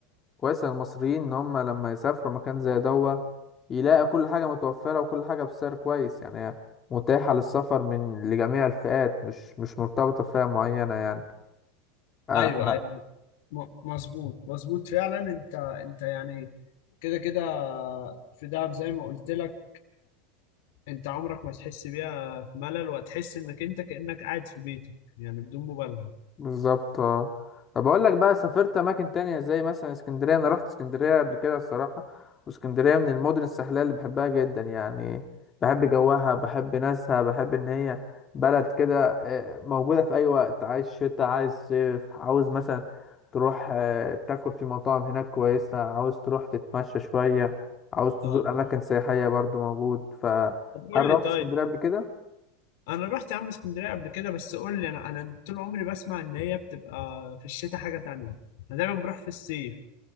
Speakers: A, on the left; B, on the left.
A: كويسة للمصريين إن هم لما يسافروا مكان زي دوا يلاقي كل حاجة متوفرة وكل حاجة بسعر كويس يعني هي متاحة للسفر من لجميع الفئات مش مش مرتبطة بفئة معينة يعني أنا-
B: أيوه
A: احنا
B: أيوه م- مظبوط مظبوط فعلا أنت أنت يعني كده كده في دهب زي ما قلت لك انت عمرك ما تحس بيها في ملل وهتحس انك انت كأنك قاعد في بيتك يعني بدون مبالغة
A: بالظبط اه طب بقول لك بقى سافرت اماكن تانية زي مثلا اسكندريه انا رحت اسكندريه قبل كده الصراحه واسكندريه من المدن الساحليه اللي بحبها جدا يعني بحب جوها بحب ناسها بحب ان هي بلد كده آه، موجوده في اي وقت عايز شتاء عايز صيف عاوز مثلا تروح آه، تاكل في مطاعم هناك كويسه عاوز تروح تتمشى شويه عاوز تزور
B: اه
A: اماكن سياحيه برضو موجود فهل
B: طب قول
A: رحت
B: لي طيب
A: اسكندريه قبل كده
B: انا رحت يا عم اسكندرية قبل كده بس قول لي انا انا طول عمري بسمع ان هي بتبقى في الشتاء حاجة تانية انا دايما بروح في الصيف